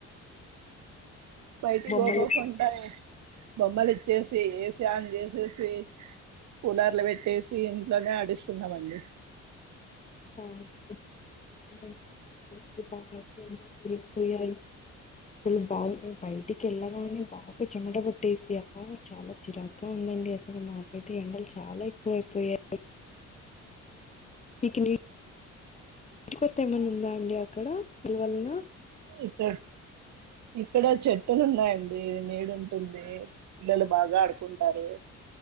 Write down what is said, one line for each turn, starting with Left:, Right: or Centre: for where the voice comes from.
Right: బయటికి
Left: బొమ్మలు
Right: పోకోకుంటా బొమ్మలు ఇచ్చేసి ఏసీ ఆన్ చేసేసి కూలర్లు పెట్టేసి ఇంట్లోనే ఆడిస్తున్నామండి.
Left: ారిగిపోయాయి అసలు బాగా బయటికి వెళ్ళగానే బాగా చెమట పట్టేసి ఆ చాలా చిరాకుగా ఉందండి అసలు మాకైతే ఎండలు చాలా ఎక్కువయిపోయాయి. ఇకని ఇ కొత్త ఏమన్నా ఉందా అండి అక్కడ దీనివలన
Right: ఇక్కడ ఇక్కడ చెట్టులు ఉన్నాయండి నీడ ఉంటుంది పిల్లలు బాగా ఆడుకుంటారు.